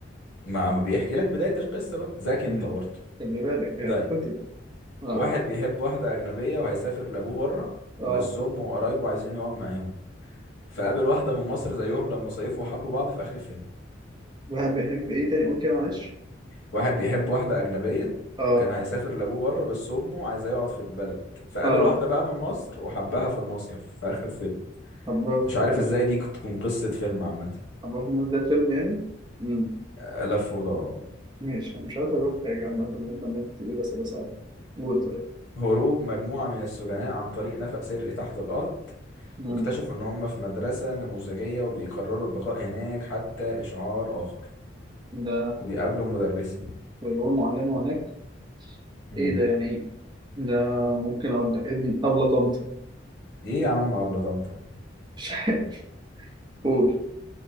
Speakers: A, on the left (about 70°); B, on the right (about 25°).
A: ما ما بيحكي لك بداية القصة بقى ذاك
B: يعني
A: أنت برضه
B: خلي بالك يعني
A: طيب
B: فكر اه
A: واحد بيحب واحدة أجنبية وهيسافر لأبوه بره
B: اه
A: بس أمه وقرايبه عايزين يقعد معاهم فقابل واحدة من مصر زيهم لما صيفوا وحبوا بعض في آخر الفيلم
B: واحد بيحب ايه تاني قول كده معلش
A: واحد بيحب واحدة أجنبية
B: اه
A: وكان هيسافر لأبوه بره بس أمه عايزاه يقعد في البلد فقابل
B: اه
A: واحدة بقى من مصر وحبها في المصيف في آخر الفيلم
B: حباه
A: مش عارف
B: في
A: إزاي دي تكون قصة فيلم عامة
B: حباه في الناس ده فيلم يعني امم
A: لف ودوران
B: ماشي أنا مش عارف اجاوب حاجة عامة وانت عمال تقول اسئلة صعبة قول طيب
A: هروب مجموعة من السجناء عن طريق نفق سري تحت الأرض
B: امم
A: واكتشفوا إن هم في مدرسة نموذجية وبيقرروا البقاء هناك حتى إشعار آخر
B: ده
A: وبيقابلوا مدرسة
B: ويقول معلمة هناك
A: مم.
B: ايه ده يعني ايه ده ممكن اقول لك ابن ابلة طنط
A: إيه يا عم أبلة طمطم
B: مش عارف قول